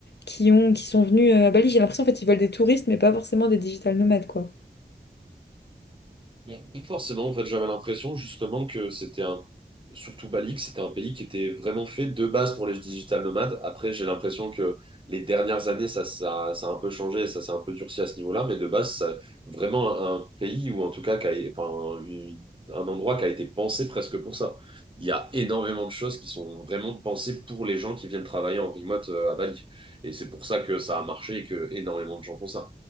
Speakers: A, on the left; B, on the right.
A: qui ont, qui sont venus euh, à Bali. J'ai l'impression, en fait, ils veulent des touristes, mais pas forcément des digital nomades, quoi.
B: Bon, pas forcément, en fait, j'avais l'impression justement que c'était un, surtout Bali, que c'était un pays qui était vraiment fait de base pour les digital nomades. Après, j'ai l'impression que les dernières années, ça, ça, ça a un peu changé, ça s'est un peu durci à ce niveau-là, mais de base, ça, vraiment un pays ou en tout cas qui a- enfin, une- un endroit qui a été pensé presque pour ça. Il y a énormément de choses qui sont vraiment pensées pour les gens qui viennent travailler en remote euh, à Bali. Et c'est pour ça que ça a marché et que énormément de gens font ça